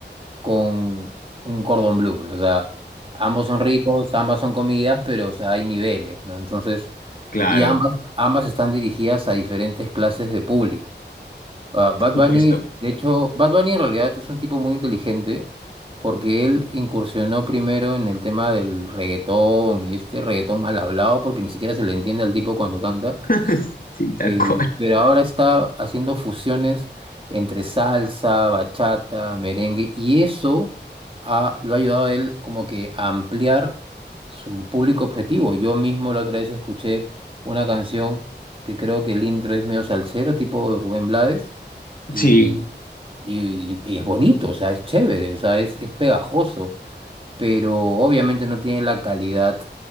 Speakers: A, on the right; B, on the left.
A: con un cordón bleu, pues, o sea, ambos son ricos, ambas son comidas, pero, o sea, hay niveles, ¿no? Entonces,
B: claro,
A: y ambas, ambas están dirigidas a diferentes clases de público. Ah, Bad
B: por supuesto.
A: Bunny, de hecho, Bad Bunny en realidad es un tipo muy inteligente porque él incursionó primero en el tema del reggaetón y este reggaetón mal hablado porque ni siquiera se le entiende al tipo cuando canta.
B: <laughs> Sí, tal
A: Eh,
B: cual.
A: pero ahora está haciendo fusiones entre salsa, bachata, merengue, y eso ha- lo ha ayudado a él como que a ampliar su público objetivo. Yo mismo la otra vez escuché una canción que creo que el intro es medio salsero, tipo Rubén Blades, y,
B: Sí,
A: y- y es bonito, o sea, es chévere, o sea, es, es pegajoso, pero obviamente no tiene la calidad